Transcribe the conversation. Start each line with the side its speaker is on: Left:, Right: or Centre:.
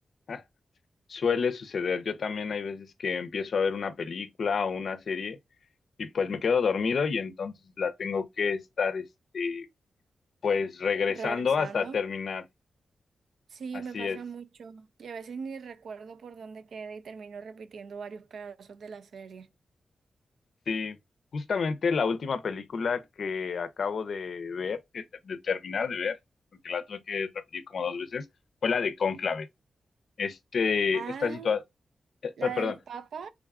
Left: Ah, suele suceder. Yo también hay veces que empiezo a ver una película o una serie y pues me quedo dormido y entonces la tengo que estar, este, pues regresando
Right: Regresando,
Left: hasta terminar.
Right: sí,
Left: Así
Right: me pasa
Left: es.
Right: mucho y a veces ni recuerdo por dónde quedé y termino repitiendo varios pedazos de la serie.
Left: Sí, justamente la última película que acabo de ver, que te- de terminar de ver, porque la tuve que repetir como dos veces, fue la de Cónclave. Este,
Right: Ah,
Left: esta situación,
Right: la
Left: perdón.
Right: del Papa.